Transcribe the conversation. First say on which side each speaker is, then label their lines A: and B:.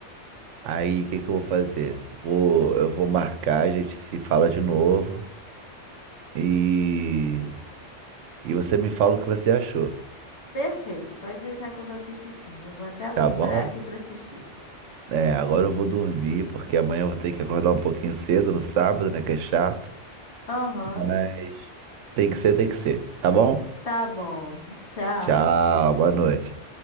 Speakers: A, on the right; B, on the left.
A: Aí, o que que eu vou fazer? Vou, eu vou marcar, a gente se fala de novo e, e você me fala o que você achou,
B: Perfeito, pode deixar que eu vou assistir sim. Já vou até procurar
A: tá bom?
B: aqui pra assistir.
A: É, agora eu vou dormir, porque amanhã eu vou ter que acordar um pouquinho cedo no sábado, né? Que é chato.
B: Aham,
A: Mas tem que ser, tem que ser. Tá bom?
B: tá bom. Tchau.
A: Tchau, boa noite.